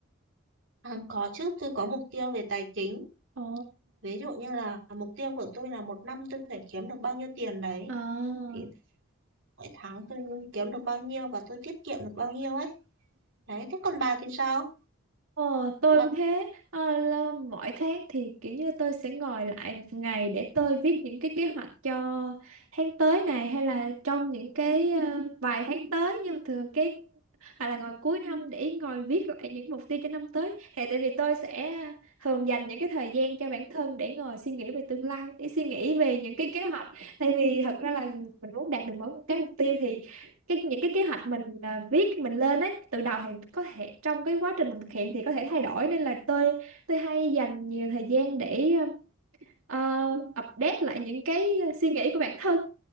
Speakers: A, on the right (about 60°); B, on the right (about 75°).
A: À, có chứ, tôi có mục tiêu về tài chính.
B: Ồ,
A: Ví dụ như là mục tiêu của tôi là một năm tôi phải kiếm được bao nhiêu tiền đấy.
B: à,
A: Thì mỗi tháng tôi kiếm được bao nhiêu và tôi tiết kiệm được bao nhiêu ấy. Đấy, thế còn bà thì sao?
B: Ờ, tôi
A: Bà,
B: cũng thế Ờ, là mỗi tháng thì kiểu như tôi sẽ ngồi lại một ngày để tôi viết những cái kế hoạch cho tháng tới này hay là trong những cái ờ, vài tháng tới nhưng mà thường cái hay là ngồi cuối năm để ngồi viết lại những mục tiêu cho năm tới thì tại vì tôi sẽ thường dành những cái thời gian cho bản thân để ngồi suy nghĩ về tương lai để suy nghĩ về những cái kế hoạch tại vì thật ra là mình muốn đạt được mỗi một cái mục tiêu thì cái những cái kế hoạch mình à, viết mình lên ấy từ đầu thì có thể trong cái quá trình mình thực hiện thì có thể thay đổi nên là tôi tôi hay dành nhiều thời gian để ờ, update lại những cái suy nghĩ của bản thân